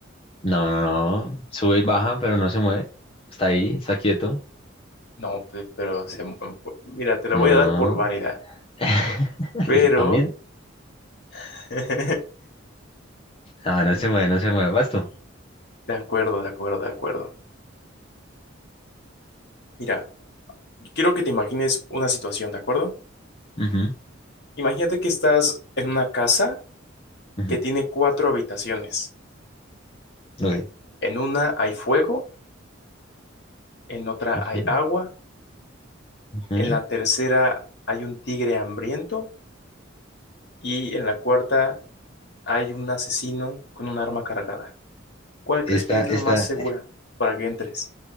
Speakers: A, on the left (about 30°); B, on the left (about 55°).
A: No, no, no. Sube y baja, pero no se mueve. Está ahí, está quieto.
B: No, pe- pero se... mu- Mira, te la
A: No.
B: voy a dar por válida.
A: <laughs>
B: Pero...
A: ¿A mí?
B: <laughs>
A: No, no
B: es-
A: se mueve, no se mueve. Vas tú.
B: De acuerdo, de acuerdo, de acuerdo. Mira, quiero que te imagines una situación, ¿de acuerdo?
A: Ujú,
B: Imagínate que estás en una casa
A: ujú,
B: que tiene cuatro habitaciones.
A: ok,
B: En una hay fuego, en otra
A: ujú,
B: hay agua,
A: ujú.
B: en la tercera hay un tigre hambriento y en la cuarta hay un asesino con un arma cargada. ¿Cuál
A: Esta,
B: crees que es
A: esta,
B: la más segura para que entres?